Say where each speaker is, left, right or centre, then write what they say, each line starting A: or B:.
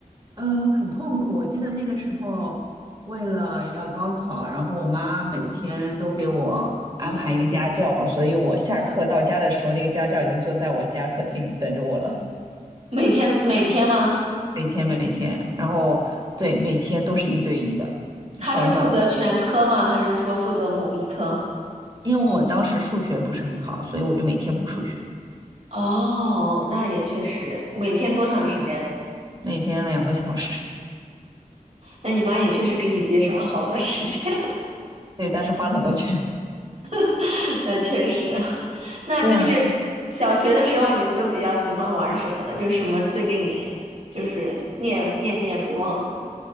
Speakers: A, on the right; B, on the right.
A: 呃，很痛苦。我记得那个时候，为了要高考，然后我妈每天都给我安排一个家教，所以我下课到家的时候，那个家教已经坐在我家客厅等着我了。
B: 每天每天吗？
A: 每天每天，然后对，每天都是一对一的，
B: 他是负责全科吗？
A: 很猛。
B: 还是说负责某一科？
A: 因为我当时数学不是很好，所以我就每天补数学，
B: 哦，那也确实，每天多长时间？
A: 每天两个小时。<laughs>
B: 那你妈也确实给你节省了好多时间，
A: 对，但是花了很多钱。
B: <laughs> 那确实，<laughs> 那就是小学的时候你们都比较喜欢玩什么呢？
A: 对啊，
B: 就是什么最令你就是念念念不忘呢？